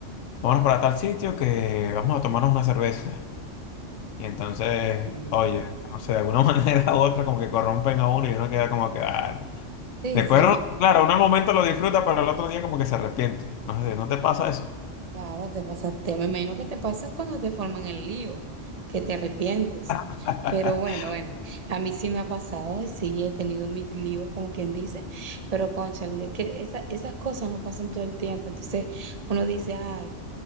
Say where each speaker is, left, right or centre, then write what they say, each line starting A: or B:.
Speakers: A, on the left; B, on the right.
A: vámonos para tal sitio que vamos a tomarnos una cerveza. Y entonces,
B: Mm.
A: oye no sé, de alguna <laughs> manera u otra como que corrompen a uno y uno queda como que, ah,
B: Sí,
A: Después,
B: sí,
A: no-
B: bueno,
A: claro, uno al momento lo disfruta, pero el otro día como que se arrepiente. No sé, ¿no te pasa eso?
B: claro, te pasa, te, me imagino que te pasa cuando te forman el lío, que te arrepientes.
A: <laughs>
B: Pero bueno, bueno, a mí sí me ha pasado y sí he tenido mis líos, como quien dice, pero cónchale, es que esa- esas cosas no pasan todo el tiempo. Entonces uno dice, ay,